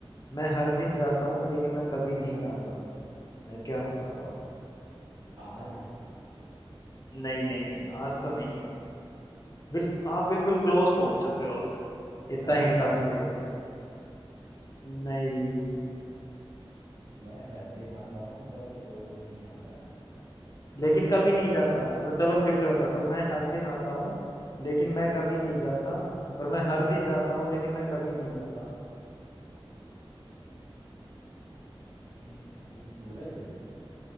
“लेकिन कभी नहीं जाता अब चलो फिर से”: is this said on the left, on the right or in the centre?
Left